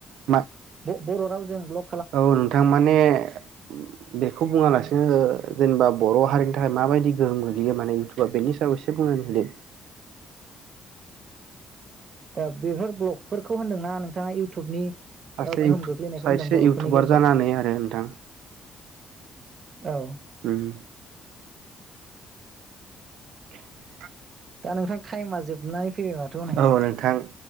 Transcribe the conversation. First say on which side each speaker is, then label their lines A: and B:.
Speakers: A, on the right; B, on the right.
A: मा
B: ब बर' रावजों ब्ल'क
A: औ नोंथां माने बेखौ बेखौ बुङालासिनो जेनेबा बर' हारिनि थाखाय माबायदि गोहोम गोग्लैयो माने इयउटुबा बेनि सायाव एसे बुंनानै होदों।
B: ओ बेफोर ब्लगफोरखौ होनदोंना नोंथाङा इउटुबनि
A: सासे
B: ओ गोहोम
A: इउटुब
B: गोग्लैनायखौ
A: सासे
B: होनदों बर'फोरनि
A: इउटुबार
B: गेजेराव
A: जानानै आरो नोंथां
B: औ
A: ओम <unintelligible>
B: दा नोंथां टाइमा जोबनानै फैबाय माथो हनै
A: औ नोंथां